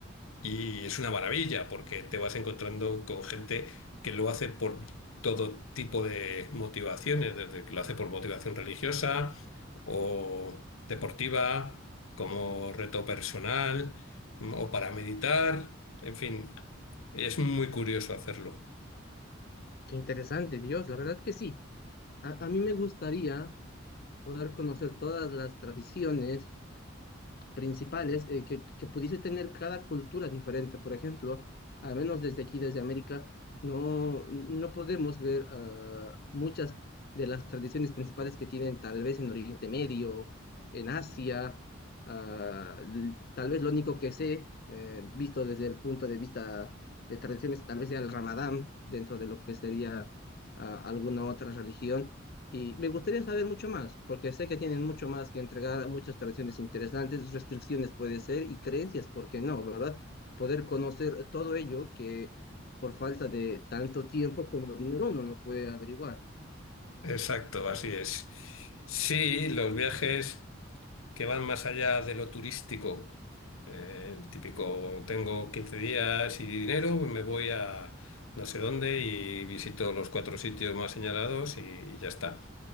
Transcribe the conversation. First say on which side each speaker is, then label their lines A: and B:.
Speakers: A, on the left; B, on the left.
A: Y es una maravilla porque te vas encontrando con gente que lo hace por todo tipo de motivaciones, desde que lo hace por motivación religiosa o deportiva, como reto personal mm, o para meditar. En fin, es muy curioso hacerlo.
B: qué interesante, Dios, la verdad que sí. A, a mí me gustaría poder conocer todas las tradiciones principales eh, que, que pudiese tener cada cultura diferente. Por ejemplo, al menos desde aquí, desde América, no, no podemos ver ah, muchas de las tradiciones principales que tienen tal vez en Oriente Medio, en Asia. ah, l- tal vez lo único que sé, eh, visto desde el punto de vista de tradiciones, tal vez sea el Ramadán, dentro de lo que sería ah, alguna otra religión y me gustaría saber mucho más, porque sé que tienen mucho más que entregar, muchas tradiciones interesantes, restricciones puede ser y creencias, ¿por qué no, verdad? Poder conocer todo ello que por falta de tanto tiempo como dinero uno no puede averiguar.
A: Exacto, así es. Sí, los viajes que van más allá de lo turístico, eh, el típico, tengo 15 días y dinero, pues me voy a no sé dónde y visito los cuatro sitios más señalados y, y ya está.